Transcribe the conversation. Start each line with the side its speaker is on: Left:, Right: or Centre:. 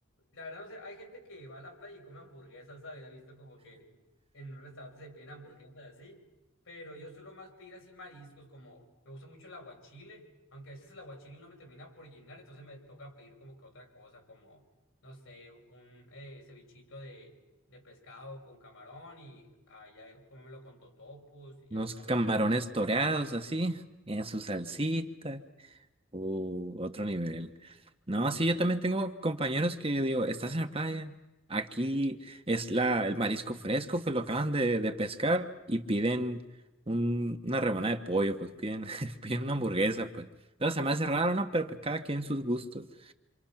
Left: La verdad, no sé, hay gente que va a la playa y come hamburguesas, ¿sabes? He visto como que en un restaurante se piden hamburguesas así, pero yo suelo más pedir así mariscos, como me gusta mucho el aguachile, aunque a veces el aguachile no me termina por llenar, entonces me toca pedir como que otra cosa, como, no sé, un eh, cevichito de, de pescado con camarón y allá comérmelo con totopos y
Right: Unos
Left: alguna
Right: camarones
Left: bebida.
Right: toreados así, en su salsita. Uh, otro nivel. No,
Left: Sí.
Right: sí, yo también tengo compañeros que yo digo, estás en la playa, aquí es la, el marisco fresco, pues lo acaban de, de pescar y piden un- una rebanada de pollo, pues piden, <laughs> piden
Left: <laughs>
Right: una hamburguesa, pues. Entonces se me hace raro, ¿no? Pero pues cada quien sus gustos. <laughs>